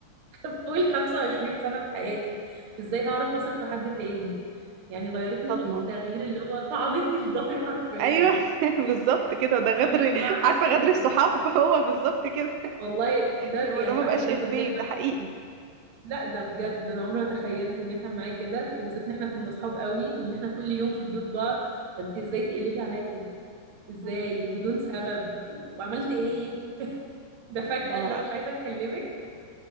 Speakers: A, on the right (about 50°); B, on the right (about 80°).
A: <laughs> فوق ال 25 سنه في حياتي ازاي هعرف اثق في حد تاني يعني غيرتني
B: صدمه
A: غ... تغيير اللي هو طعنتني في ظهري حرفيا
B: ايوه <laughs> بالظبط كده
A: <laughs>
B: ده غدر
A: ده بالمعنى
B: عارفه
A: الحرفي
B: غدر الصحاب <laughs> هو بالظبط كده
A: والله ده
B: يعني الموضوع
A: يعني
B: ما
A: واحد
B: بقاش افيه
A: انا كنت دايما
B: ده حقيقي
A: لا ده بجد انا عمري ما تخيلت ان يتعب معايا كده وبالذات ان احنا كنا اصحاب قوي وان احنا كل يوم في بيوت بعض فانت ازاي تقلبي عليا كده ازاي
B: مم.
A: وبدون سبب وعملت ايه <laughs> ده فجأة
B: ده
A: اللي هو مش عايزة أكلمك